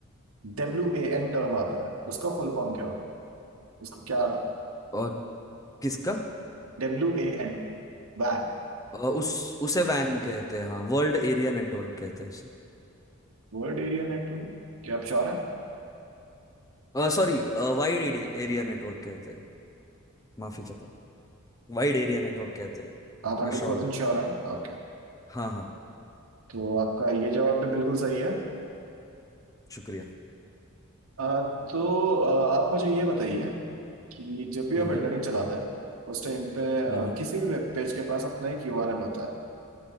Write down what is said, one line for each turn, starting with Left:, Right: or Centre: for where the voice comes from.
Right: डब्ल्यू ए एन टर्म आता है उसका फुल फॉर्म क्या होता है उसका क्या अर्थ है
Left: और किसका
Right: डब्ल्यू ए एन वैन
Left: अ, उस उसे वैन कहते हैं हाँ वर्ल्ड एरिया नेटवर्क कहते हैं उसे
Right: World area network क्या आप श्योर हैं
Left: सॉरी वाइड एरिया नेटवर्क कहते हैं माफी चाहता हूँ वाइड एरिया नेटवर्क कहते हैं
Right: आप हंड्रेड
Left: मैं श्योर
Right: परसेंट
Left: हूँ
Right: श्योर हैं ओके
Left: हाँ हाँ
Right: तो आपका ये जवाब भी बिल्कुल सही है
Left: शुक्रिया
Right: आ, तो आ, आप मुझे ये बताइए कि जब भी
Left: हम्म
Right: आप इंटरनेट
Left: हम्म।
Right: चलाते हैं उस टाइम पे आ,
Left: हम्म
Right: किसी भी वेब पेज के पास अपना एक यूआरएल होता है